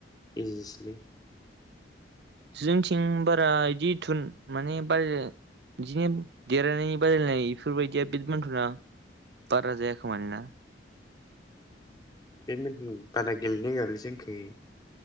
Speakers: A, on the left; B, on the right.
A: इजिसोलै
B: जोंनिथिं बारा बिदि थुन माने बार बिदिनो देरहानाय बादायनाय बेफोरबायदिया बेटमेन्ट'आ बाराजाया खोमालै ना?
A: बेदमिन्ट'न बारा गेलेनो होआलै जोंखै